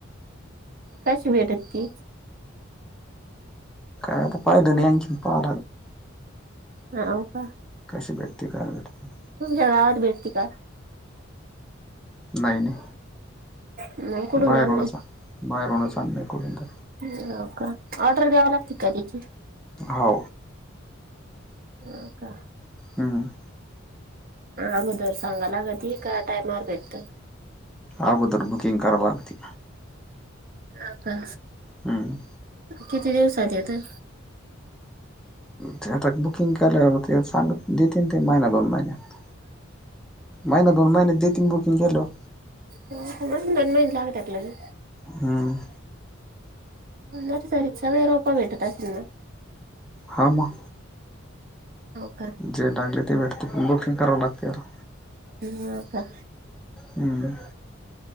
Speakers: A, on the right; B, in the centre.
A: कशी भेटत ती
B: काता प पायदेनी आणच्या प पा
A: ह हो का.
B: कशी भेटते काय भेटते.
A: तुमच्या गावात भेटती का?
B: नाही नाही,
A: मग कुठून
B: बाहेर
A: आणले
B: होनाचा बाहेर होणं चाल नाही कुठून तर
A: हो का, ऑर्डर द्यावा लागते का त्याची?
B: हो
A: हा का.
B: हम
A: अगोदर सांगा लागती का टायमावर भेटतं?
B: अगोदर बुकिंग करावं लागती.
A: हा का?
B: हम्
A: किती दिवसात येतं?
B: ते आता बुकिंग केलं ते सांग, देतीन ते महिना दोन महिन्यात महिना दोन महिनेत देतील बुकींग केल्यावर.
A: हो महिने दिन महिने लागत्यात म्हणे
B: हम
A: नर्सरीत सगळी रोपं भेटत असतील ना?
B: हा म
A: ह
B: जे लागले ते भेटते पण बुकिंग करावं लागते राव.
A: ह का
B: हम्म